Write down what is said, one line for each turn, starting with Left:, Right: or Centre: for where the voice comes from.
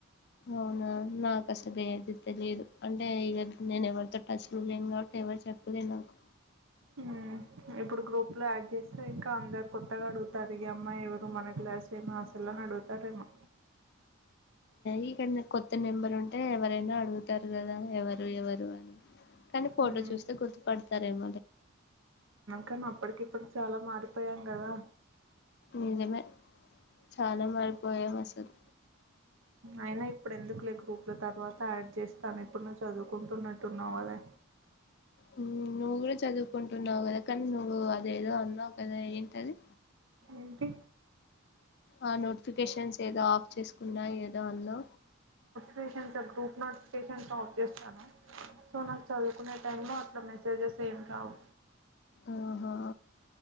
Left: అవునా నాకు అసలు ఏది తెలిదు. అంటే ఇగ నేను ఎవరితో టచ్ లో లేను కాబట్టి ఎవరు చెప్పలే నాకు.
Right: ఉ ఇప్పుడు గ్రూప్ లో యాడ్ చేస్తే ఇంకా అందరు కొత్తగా అడుగు తరిగి అమ్మా ఎవరు మన క్లాసెనా అసలు అడుగుతారేమో
Left: ఇక్కడ కొత్త నెంబర్ ఉంటే ఎవరైనా అడుగుతారు కదా ఎవరు ఎవరు అని కానీ ఫోటో
Right: మ్మ్
Left: చూస్తే గుర్తుపడతారేమ
Right: కాని అప్పటికి ఇప్పుడుకి చాలా మారిపోయాం కదా
Left: నిజమే చాన మారిపోయాం అసలు
Right: అయినా ఇప్పుడు ఎందుకులే గ్రూప్ లో తర్వాత యాడ్ చేస్తాను. ఇప్పుడు నువ్వు చదువుకుంటున్నట్టున్నావు అదా.
Left: ఉ నువ్వు కూడా చదువుకుంటున్నావు కదా నువ్ అదేదో అన్నావు కదా ఏంటది
Right: ఏంటి
Left: ఆ నోటిఫికేషన్స్ ఏద చేసుకున్నా ఏదో అన్నా
Right: పేషన్స్ గ్రూప్ నోటిఫికేన్ స్తాను సో నాకు చదువుకునే టైం లో అట్లా మెసేజెస్ ఏం రావు
Left: ఆహా